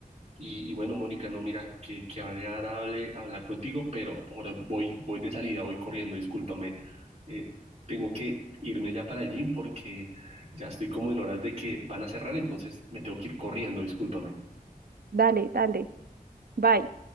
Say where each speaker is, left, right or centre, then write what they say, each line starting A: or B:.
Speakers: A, on the right; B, on the right.
A: Y, y bueno, Mónica, no, mira, que, qué agradable hablar contigo, pero ahora voy, voy de salida, voy corriendo, discúlpame. Eh, tengo que irme ya para el gym porque ya estoy como en horas de que van a cerrar, entonces me tengo que ir corriendo, discúlpame.
B: Dale, dale. Bye.